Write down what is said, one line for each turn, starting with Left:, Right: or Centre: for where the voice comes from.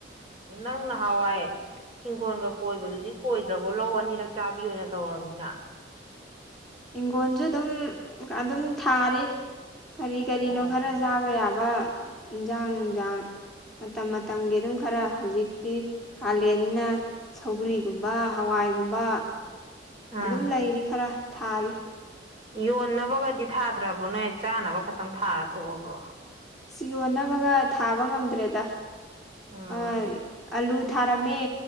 Right: ꯎꯝ ꯅꯪ ꯅꯍꯥꯋꯥꯏ ꯍꯤꯡꯈꯣꯟꯒ ꯀꯣꯏꯕꯗꯨꯗꯤ ꯀꯣꯏꯗ꯭ꯔꯕꯣ ꯂꯧ ꯑꯅꯤꯔꯛ ꯆꯥꯕꯤ ꯑꯣꯏꯅ ꯇꯧꯔꯕꯅꯤꯅ
Centre: ꯍꯤꯡꯈꯣꯟꯖꯨ ꯑꯗꯨꯝ ꯑꯗꯨꯝ ꯊꯥꯔꯤ ꯀꯔꯤ ꯀꯔꯤꯅꯣ
Right: ꯑꯣ
Centre: ꯈꯔ ꯆꯥꯕ ꯌꯥꯕ ꯏꯟꯖꯥꯡ ꯅꯨꯡꯖꯥꯡ ꯃꯇꯝ ꯃꯇꯝꯒꯤ ꯑꯗꯨꯝ ꯈꯔ ꯍꯧꯖꯤꯛꯇꯤ ꯀꯥꯂꯦꯟꯅꯤꯅ ꯁꯧꯒ꯭ꯔꯤꯒꯨꯝꯕꯥ ꯍꯋꯥꯏꯒꯨꯝꯕ
Right: ꯑꯥ
Centre: ꯑꯗꯨꯝ ꯂꯩꯔꯤ ꯈꯔ ꯊꯥꯔꯤ
Right: ꯌꯣꯟꯅꯕꯒꯗꯤ ꯊꯥꯗ꯭ꯔꯕꯣ ꯅꯣꯏ ꯆꯥꯅꯕ ꯈꯛꯇꯪ ꯊꯥꯔ ꯇꯣꯛꯑꯕ꯭ꯔꯣ
Centre: ꯁꯤ ꯌꯣꯟꯅꯕꯒ ꯊꯥꯕ ꯉꯝꯗ꯭ꯔꯦꯗ
Right: ꯎꯝ
Centre: ꯑꯥ ꯑꯂꯨ ꯊꯥꯔꯝꯃꯦ